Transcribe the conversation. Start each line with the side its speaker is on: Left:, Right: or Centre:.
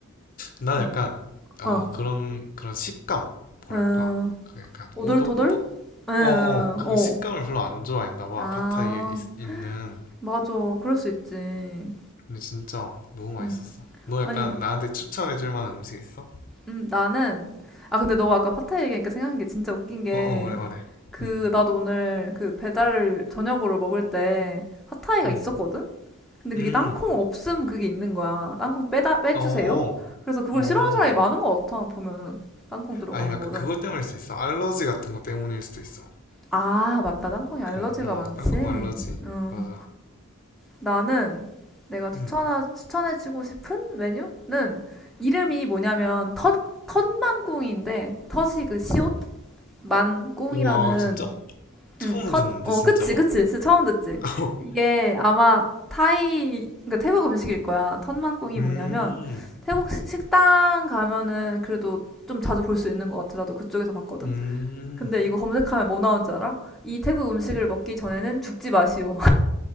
Left: 난
Centre: 어,
Left: 약간 어
Centre: 어.
Left: 그런 그런 식감 뭐랄까
Centre: 어.
Left: 그 약간
Centre: 오돌토돌?
Left: 오독오독
Centre: 응,
Left: 어 어 그
Centre: 어.
Left: 식감을 별로 안 좋아했나 봐
Centre: 아,
Left: 파타이에 있, 는
Centre: 맞아. 그럴 수 있지.
Left: 근데 진짜 너무 맛있었어
Centre: 음.
Left: 너 약간
Centre: 아니,
Left: 나한테 추천해줄 만한 음식 있어?
Centre: 음, 나는, 아, 근데 너가 아까 파타이 얘기하니까 생각난 게 진짜 웃긴 게,
Left: 어어어 말해 말해
Centre: 그,
Left: 응
Centre: 나도 오늘 그 배달 저녁으로 먹을 때 핫타이가
Left: 응
Centre: 있었거든? 근데
Left: 음
Centre: 그게 땅콩 없음 그게 있는 거야. 땅콩 빼다, 빼주세요?
Left: 어
Centre: 그래서 그걸
Left: 어
Centre: 싫어하는 사람이 많은 것 같아, 보면은. 땅콩 들어가는
Left: 아니면 약간
Centre: 거를.
Left: 그것 때문일 수도 있어 알러지 같은 거 때문일 수도 있어
Centre: 아, 맞다. 땅콩이 알러지가
Left: 그 어
Centre: 많지.
Left: 땅콩 알러지
Centre: 응.
Left: 맞아
Centre: 나는 내가 추천하,
Left: 응
Centre: 추천해주고 싶은 메뉴는 이름이 뭐냐면 텃, 텃만꿍인데 텃이 그 시옷 만꿍이라는
Left: 우와 진짜? 처음
Centre: 음, 텃,
Left: 듣는데
Centre: 어,
Left: 진짜로?
Centre: 그치, 그치. 진짜 처음 듣지.
Left: <laughs>
Centre: 이게 아마 타이, 그러니까 태국 음식일 거야. 텃만꿍이
Left: 음,
Centre: 뭐냐면 태국 시- 식당 가면은 그래도 좀 자주 볼 수 있는 것 같아. 나도 그쪽에서 봤거든.
Left: 음.
Centre: 근데 이거 검색하면 뭐 나온 줄 알아? 이 태국 음식을 먹기 전에는 죽지 마시오.